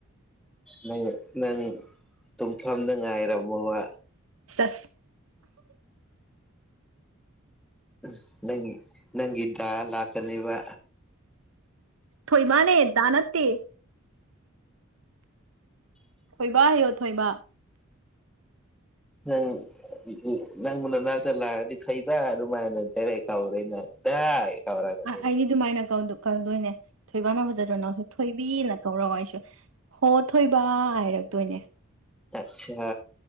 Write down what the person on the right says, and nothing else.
ꯁꯁ
ꯊꯣꯏ ꯃꯥꯅꯦ ꯗꯥ ꯅꯠꯇꯦ ꯊꯣꯏꯕ ꯍꯥꯏꯌꯣ ꯊꯣꯏꯕ
ꯑ ꯑꯩꯗꯤ ꯑꯗꯨꯃꯥꯏꯅ ꯀꯧꯗꯣꯏꯅꯦ ꯊꯣꯏꯕꯥꯅ ꯐꯖꯗ꯭ꯔꯣ ꯅꯪꯁꯨ ꯊꯣꯏꯕꯤꯅ ꯀꯧꯔ ꯍꯥꯏꯁꯨ ꯍꯣ ꯊꯣꯏꯕ ꯍꯥꯏꯔꯛꯇꯣꯏꯅꯦ